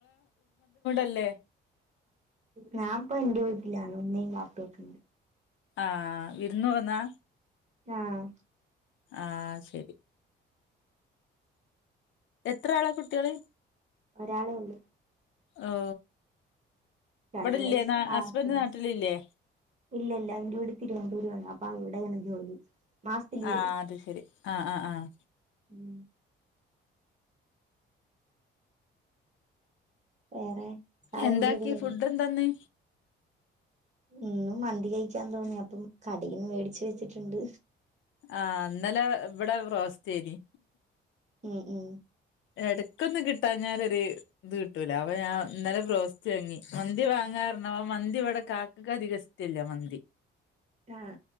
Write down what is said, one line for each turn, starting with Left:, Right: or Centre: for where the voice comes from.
Left: ല്ലേ
Right: ഞാപ്പം ഇന്റെ വി ട്ടിലാണ് ഉമ്മീം വാപ്പയൊക്കണ്ട്.
Left: ആ വിര്ന്ന് പോന്നാ?
Right: ആഹ്
Left: ആ ശരി എത്ര ആള കുട്ടെള്.
Right: ഒരാളെ ഒള്ളു
Left: ഓ..
Right: രണ്ടു
Left: ഇവിടില്ലേ
Right: വയസ്സ്
Left: ഹസ്ബൻഡ്
Right: ആത്തമിസ്
Left: നാട്ടിലില്ലേ
Right: ഇല്ലില്ല ന്റെ വീട് തിരിവ ദുരാണ് അപ്പാവിടെണ് ജോലി. മാസത്തില്
Left: ആഹ്
Right: വരും
Left: അത് ശരി ആഹ് ആഹ് ആഹ്
Right: ഉം വേറെ ചായ
Left: എന്താക്കി
Right: കുടിയൊക്കെ കഴിഞ്ഞോ
Left: ഫുഡ് എന്താന്ന്
Right: ഇന്നും മന്തി കഴിക്കാൻ തോന്നി അപ്പം കടേന്ന് മേടിച്ചു വെച്ചിട്ടുണ്ട്
Left: ആഹ് ഇന്നലെ ഇവിടെ റോസ്റ്റേന്
Right: ഉം ഉം
Left: എടക്കൊന്നും കിട്ടാഞ്ഞാലൊരേ ഇത് കിട്ടൂല അപ്പം ഞാൻ ഇന്നലെ ബ്രോസ്റ്റ് വാങ്ങി മന്തി വാങ്ങാർന്നപ്പം മന്തി ഇവിടെ കാക്കക്ക് അധികം ഇഷ്ടല്ല മന്തി
Right: ആഹ്